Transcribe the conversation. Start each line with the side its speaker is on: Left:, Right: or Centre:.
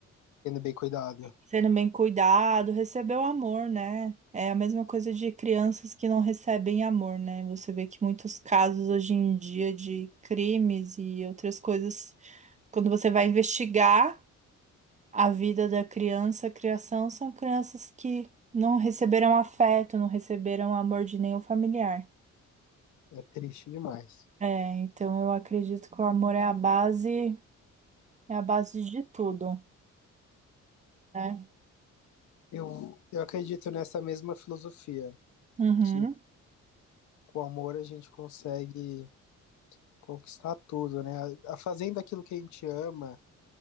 Left: Sendo bem cuidado.
Right: sendo bem cuidado, recebeu amor, né? É a mesma coisa de crianças que não recebem amor, né? Você vê que muitos casos hoje em dia de crimes e outras coisas, quando você vai investigar a vida da criança, a criação, são crianças que não receberam afeto, não receberam amor de nenhum familiar.
Left: É triste demais.
Right: É, então eu acredito que o amor é a base, é a base de tudo, né?
Left: Eu, eu acredito nessa mesma filosofia,
Right: Uhum.
Left: que com amor a gente consegue conquistar tudo, né? A- a- Fazendo aquilo que a gente ama,